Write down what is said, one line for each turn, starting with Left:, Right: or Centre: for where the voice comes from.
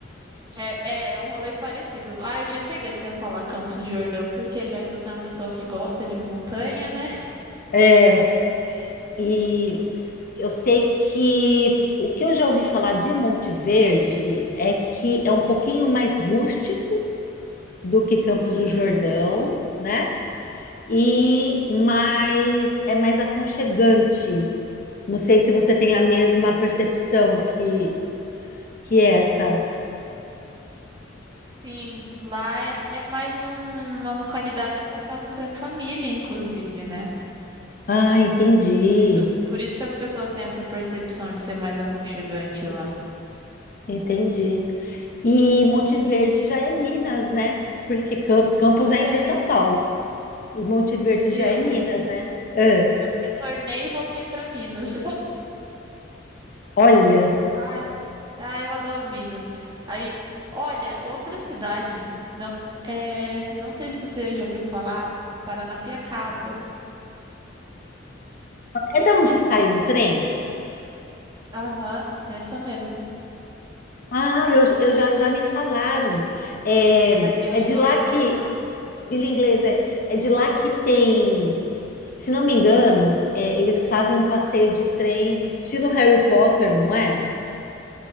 Right: É, é é um rolê parecido. Ah, eu tinha certeza que você ia falar Campos do Jordão, porque já que você é uma pessoa que gosta de montanha, né? <laughs>
Left: É, e eu sei que o que eu já ouvi falar de Monte Verde é que é um pouquinho mais rústico do que Campos
Right: Uhum.
Left: do Jordão, né? E mais é mais aconchegante. Não sei se você tem a mesma percepção que que essa.
Right: Sim, lá é, é mais um- uma localidade voltada para a família, inclusive, né?
Left: Ah,
Right: Então,
Left: entendi,
Right: por isso, por isso que as pessoas têm essa percepção de ser mais aconchegante lá.
Left: entendi. E Monte Verde já é Minas, né? Porque Cam- Campos
Right: Também,
Left: ainda é São Paulo. E Monte Verde
Right: você viu?
Left: já é Minas, né? Ah,
Right: Retornei e voltei para Minas.
Left: olha,
Right: Ai, ai, eu adoro Minas. Aí, olha, outra cidade, não, é, não sei se você já ouviu falar, Paranapiacaba.
Left: é da onde sai
Right: Eles.
Left: um trem?
Right: Aham, essa mesmo.
Left: Ah, eu, eu já, já me falaram. É,
Right: É a vila
Left: é
Right: inglesa
Left: de lá que,
Right: lá.
Left: Vila Inglesa, é é de lá que tem, se não me engano, é, eles fazem um passeio de trem estilo Harry Potter, não é?